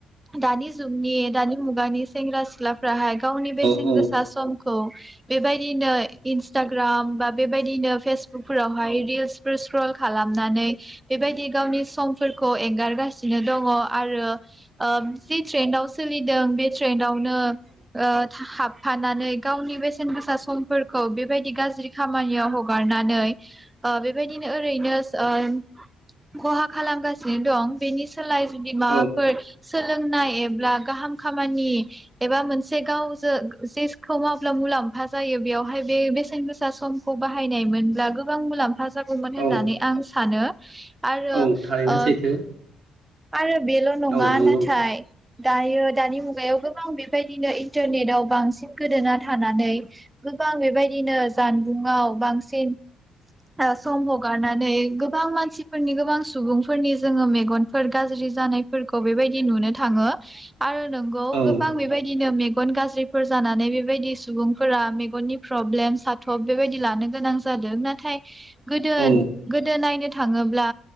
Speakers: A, on the right; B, on the right.
A: दानि जुगनि दानि मुगानि सेंग्रा सिख्ला फोराहाय गावनि बेसेन
B: औ
A: गो समखौ बेबाय दिनो इनस्तग्राम बा बेबायदिनो फेसबुकफोरावहाय रिल्स सक्रल खालामनानै बेबायदि गावनि समफोरखौ एंगारगासिनो बिदिनो दङ आरो अ जि ट्रेन्डआव सोलिदों बे ट्रेन्डआव नो ओ थाहाब थानानै गावनि बेसेन गोसा समफोरखौ बेबायदि गाज्रि खामानियाव हगारनानै अ बेबायदिनो ओरैनो अ खहा खालामगासिनो दं बेनि स सोलाय जुदि
B: औ
A: माबाफोर सोलों होननाय एब्ला गाहाम खामानि एबा मोनसे गावजों जेसखौ मावला मुलाम्फा जायो बेयावहाय बे बेसेन गोसा समखौ बाहायनाय मोनब्ला गोबां मुलाम्फा जागोन हौमोन
B: औ
A: होननानै आं सानो। <inaudible> आरो
B: औ थारैनो
A: ओ
B: सैथो
A: आरो बेल' नङा
B: औ नंगौ
A: नाथाय दायो दानि मुगायाव गोबां बेबायदिनो इन्टारनेटआव बांसिन बांसिन गोदोना थानानै गोबां बेबायदिनो जानबुंआव बांसिन ओ सम हगारनानै गोबां मानसिफोरनि गोबां सुबुंफोरनि जोङो मेगनफोर गाज्रि जानायफोरखौ बेबायदि नुनो थाङो। आरो नोंगौ
B: औ
A: गोबां बेबायदिनो मे मोन गाज्रिब फोर जानानै बेबायदि सुबुंफोरा मेगननि प्रब्लेम साथ'ब बेबायदि लानो गोनां जादों। नाथाय गोदो
B: औ
A: -गोदो नायनो थाडो थाङोब्ला